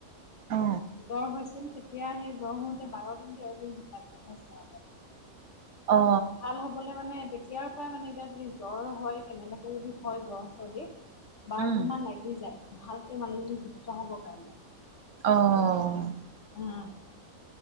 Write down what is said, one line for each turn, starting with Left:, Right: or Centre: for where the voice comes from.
Right: অ
Left: জ্বৰ হৈছি- ছিল। তেতিয়া সেই জ্বৰ হওঁতে বাৰ দিন তেৰ দিন হৈছে আও মানে।
Right: অ
Left: ভাল হবলে মানে তেতিয়াৰ পৰাই মানে এতিয়া যদি জ্বৰ হয় কেনেবাকে যদি হয় জ্বৰ চৰ্দি- বাৰ
Right: উম
Left: দিন মান লাগি যায় ভালকে মানুহজনী সুস্থ হবৰ কাৰণে।
Right: অঁ'
Left: অঁ'